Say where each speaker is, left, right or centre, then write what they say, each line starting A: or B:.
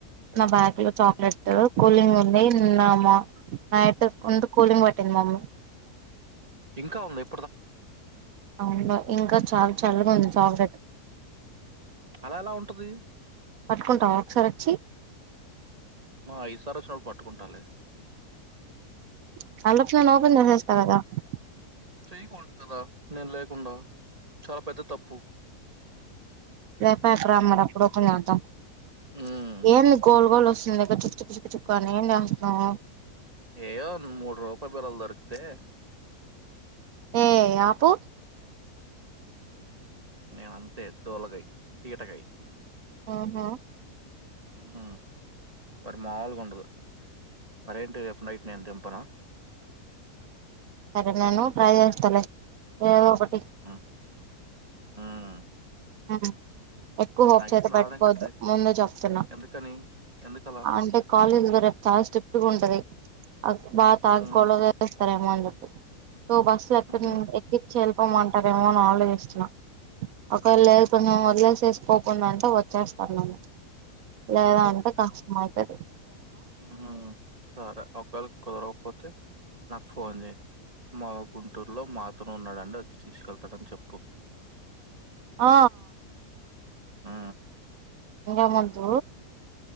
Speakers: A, on the right; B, on the right.
A: నా బ్యాగ్లో చాక్లెట్ కూలింగ్ ఉంది నిన్నా మా నైట్ ఉం కూలింగ్ పెట్టింది మమ్మీ
B: ఇంకా ఉన్నాయి
A: అవును ఇంకా చాల్ చల్లగా ఉంది చాక్లెట్
B: అలా ఎలా ఉంటది
A: పట్కుంటావా ఒకసార్ వచ్చి
B: మా ఈసార్ వచ్చిన్నప్పుడు పట్టుకుంటాలే
A: <unintelligible>
B: చెయ్యకూడదు కదా నేను లేకుండా చాలా పెద్ద తప్పు
A: ప క రామ్మప్పుడు అంత
B: ఉమ్,
A: ఏంది గోల్ గోల్ వస్ నీ దగ్గర చుక్ చుక్ చుక్ చుక్ అని లేస్తామ్
B: ఏయ్యో మూడు రూపాయి బిళ్ళలు దొరికితే
A: ఏ ఆపు
B: నేనంతే దోలగై తీటకై
A: మ్మ్ హ్మ్
B: మ్మ్ మరి మాల్ కొండదు మరి ఏంటో చెప్పు నైట్ నేను తెంపన
A: సరే నను ట్రై చేస్తలే ఓ ఒకటి
B: ఉమ్, ఉమ్,
A: ఆ ఎక్కువ హోప్స్
B: నాగేకి
A: అయితే పెట్టుకోవద్దు
B: రావడానికి ట్రై చేయి
A: ముందు చెప్తున్నా
B: ఎందుకని ఎందుకలా
A: అంటే కాలేజ్ లో రేపు చాలా స్ట్రీట్ ట్ ఉంటది అక్బా థాంక్స్
B: ఉమ్,
A: గొలవ చేస్తారేం వాన్ లో సో బస్సులు ఎక్కడనే
B: హుహు.
A: ఎక్కిచ్చే ల్ తెమ్మంటారేమో అని ఆలోచిస్తున్నా ఒకవేళ లేదు కొంచెం వదిలేసేసి పోకుండా అంటే వచ్చేస్తాన్నాను లేదా అంటే కష్టమయిత్ ఓకే
B: మ్మ్ సరే ఒకవేళ కుదరకపోతే నాకు ఫోన్ చేయ్ మా గుంటూరులో మాతోనే ఉన్నాడండి వచ్చి తీసుకెళ్తాడని చెప్పు
A: ఆ
B: ఆ
A: ఇంగేమద్దు